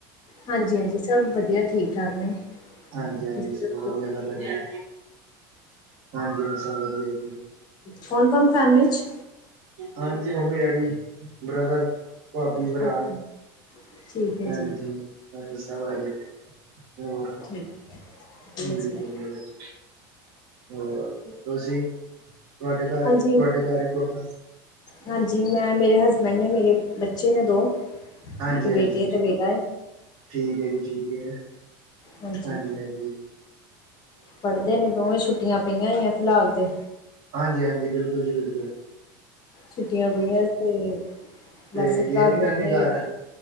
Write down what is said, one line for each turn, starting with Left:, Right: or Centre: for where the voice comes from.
Left: ਹਾਂਜੀ-ਹਾਂਜੀ ਸਭ ਵਧੀਆ ਠੀਕ-ਠਾਕ ਨੇ।
Right: ਹਾਂਜੀ-ਹਾਂਜੀ
Left: ਤੁਸੀਂ
Right: ਇਸ
Left: ਦੱਸੋ?
Right: ਵਧੀਆ ਗੱਲ ਹੋਈ ਹੈ। ਹਾਂਜੀ, ਅਛਾ ਵਧੀਆ ਜੀ।
Left: ਕੌਣ-ਕੌਣ ਫੈਮਲੀ 'ਚ?
Right: ਹਾਂਜੀ ਮੰਮੀ-ਡੈਡੀ, ਬ੍ਰਦਰ, ਭਾਬੀ, ਭਰਾ
Left: ਓਕੇ ਠੀਕ ਹੈ
Right: ਹਾਂਜੀ
Left: ਜੀ
Right: ਹਾਂਜੀ ਸਭ ਆਗੇ ਨੇ। ਹੋਰ
Left: ਠੀਕ ਵਧੀਆ
Right: ਬਿਲਕੁਲ
Left: ਜੀ
Right: <unintelligible> ਹੋਰ ਤੁਸੀਂ, ਤੁਹਾਡੇ ਘਰ
Left: ਹਾਂਜੀ
Right: ਤੁਹਾਡੇ ਘਰ <unintelligible>
Left: ਹਾਂਜੀ ਮੈਂ ਮੇਰੇ ਹਸਬੈਂਡ ਨੇ ਮੇਰੇ ਬੱਚੇ ਨੇ ਦੋ
Right: ਹਾਂਜੀ-ਹਾਂਜੀ
Left: ਇੱਕ ਬੇਟੀ ਹੈ ਤੇ ਬੇਟਾ ਹੈ
Right: ਠੀਕ ਹੈ ਜੀ ਠੀਕ ਹੈ।
Left: ਹਾਂਜੀ
Right: ਹਾਂਜੀ-ਹਾਂਜੀ।
Left: ਪੜ੍ਹਦੇ ਨੇ ਦੋਵੇਂ ਛੁੱਟੀਆਂ ਪਈਆਂ ਹੋਈਆਂ। ਫਿਲਹਾਲ ਤੇ
Right: ਹਾਂਜੀ-ਹਾਂਜੀ ਬਿਲਕੁਲ-ਬਿਲਕੁਲ
Left: ਛੁੱਟੀਆਂ ਪਈਆਂ ਤੇ,
Right: ਤੇ
Left: ਬਸ
Right: ਗਏ
Left: ਘਰ
Right: ਨੀ
Left: ਬੈਠੇ
Right: ਨਾਨੀ ਘਰ